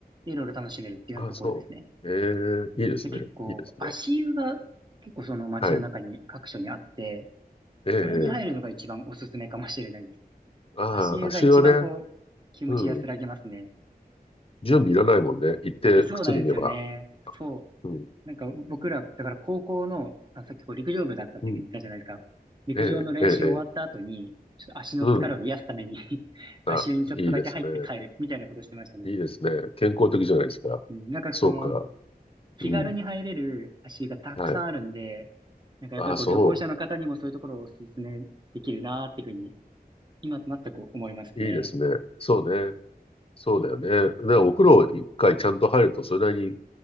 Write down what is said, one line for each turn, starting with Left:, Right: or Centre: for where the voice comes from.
Right: でいろいろ楽しめるっていうようなところですね。
Left: ああ、そう。ええいいですね。
Right: で、結構、
Left: いいですね。
Right: 足湯が結構その街の中に各所にあって、
Left: はい。ええええ
Right: それに入るのが一番おすすめかもしれないです。
Left: ああ、
Right: 足湯が一番こう、
Left: 足湯はね、
Right: 気持ち安らぎますね。
Left: うん準備いらないもんね。行って靴脱げば。
Right: いやそうなんですよね。そう。
Left: うん。
Right: なんか僕ら、だから高校の、あ、さっきこう陸上部だったっていうふうに言ったじゃないですか。
Left: うん。
Right: 陸上の練習終わった後に、
Left: ええ、ええ、ええ。
Right: ちょっと足の疲れを癒すために
Left: うん。
Right: <laughs>
Left: あ、
Right: 足湯にちょっとだけ入って帰るみたいなことしてましたね。
Left: いいですね。いいですね。健康的じゃないですか。
Right: うん、なんかその、
Left: そうか。
Right: 気軽に入れる足湯がたくさんあるんで、
Left: うん。はい。
Right: なんかやっぱりこう旅行者の方にもそういうところをお勧めできるなーっていうふうに、
Left: あ、そ
Right: 今となってこう思いますね。
Left: う。いいですね。そうね。そうだよね。で、
Right: うん、
Left: お風呂一回ちゃんと入ると、それなりに